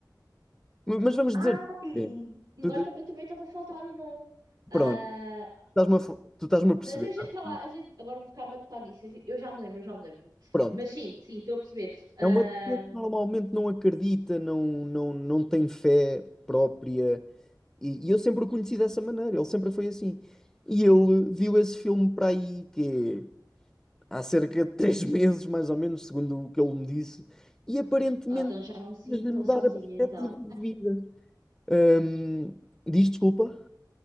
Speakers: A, in the centre; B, on the right.
A: M- Mas vamos
B: Ai!
A: dizer, é,
B: agora
A: tu-
B: também também estava a faltar o nome. Ah,
A: pronto, estás-me a, fa- tu estás-me a perceber.
B: mas a gente,
A: acho
B: sei lá,
A: eu.
B: a gente, agora vou ficar a matutar nisso. Eu já me lembro, eu já me lembro.
A: Pronto.
B: Mas sim, sim, estou a perceber. Ah,
A: É uma pessoa que normalmente não acredita, não, não, não tem fé própria. E, e eu sempre o conheci dessa maneira, ele sempre foi assim. E ele viu esse filme para aí que é, há cerca de três <laughs> meses, mais ou menos, segundo o que ele me disse, e aparentemente
B: ah, então já não me sinto
A: fez-lhe
B: tão
A: mudar
B: sozinha,
A: a perspectiva
B: então.
A: de vida. Ahm, diz desculpa?